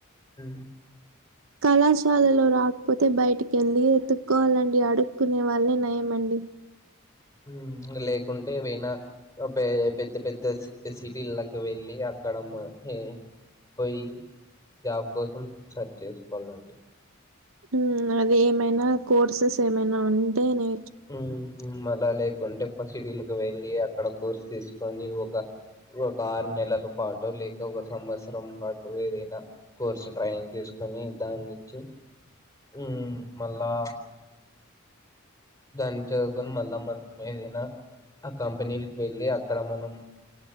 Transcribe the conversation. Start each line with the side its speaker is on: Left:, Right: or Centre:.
Left: ఉ
Right: కళాశాలలో రాకపోతే బయటికి వెళ్ళి ఎతుక్కోవాలండి అడుక్కునే వాళ్ళే నయంమండి
Left: ఇం లేకుంటే పోయినా పె పెద్ద పెద్ద సిటీలకి వెళ్ళి కడమ్మ హే పోయి జాబ్ కోసం సర్చ్ చేసుకోవాలండి
Right: ఉ అది ఏమైనా కోర్సెస్ ఏమైనా ఉంటే నే
Left: ఊ మళ్ళా లేకు కొంటె సిటీకి వెళ్ళి అక్కడ కోర్స్ తీసుకొని ఒక ఒక ఆరు నెలల పాటు లేక ఒక సంవత్సరం పాటు ఏదైనా కోర్సు ట్రైనింగ్ తీసుకొని దాని నుంచి ఉ మళ్ళా దాన్ని చదువుకొని మళ్ళా మనం ఏదైనా ఆ కంపెనీలకి వెళ్ళి అక్కడ మనం